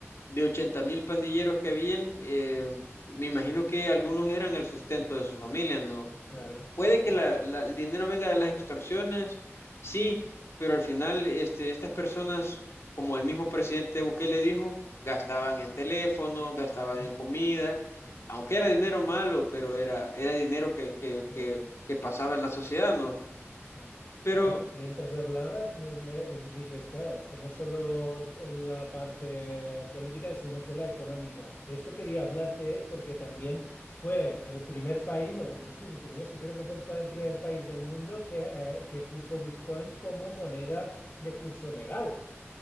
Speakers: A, on the left; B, on the left.
A: De ochenta mil pandilleros que habían, eh, me imagino que algunos eran el sustento de su familia, ¿no?
B: claro.
A: Eh, Puede que
B: Mm,
A: la- la- el dinero venga de las extorsiones, sí, pero al final este, estas personas, como el mismo presidente Bukele dijo, gastaban en teléfono, gastaban
B: Ujú,
A: en comida,
B: ujú.
A: aunque era dinero malo, pero era, era dinero que, que,
B: Sí.
A: que, que pasaba en la sociedad, ¿no?
B: Sí.
A: Pero
B: Me- Mientras hablabas, me, me- eh, dices, claro, es que no solo la parte política, sino que la económica. De esto quería hablarte porque también fue el primer país, o no sé si el primer, sí creo que fue el pa- primer país del mundo que, eh, que puso Bitcoin como moneda de curso legal.